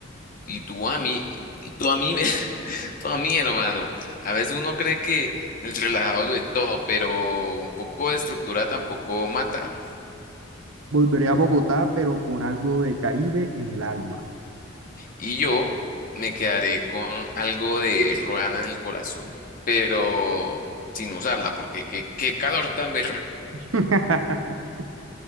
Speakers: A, on the left; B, on the right.
A: Y tú a mí, y tú a mí, me- <laughs> tú a mí, hermano. A veces uno cree que el relajado lo de todo, pero un poco de estructura tampoco mata.
B: Volveré a Bogotá, pero con algo de Caribe en el alma.
A: Y yo me quedaré con algo de ruana en el corazón, pero sin usarla, porque qué, qué calor tan berraco.
B: <laughs>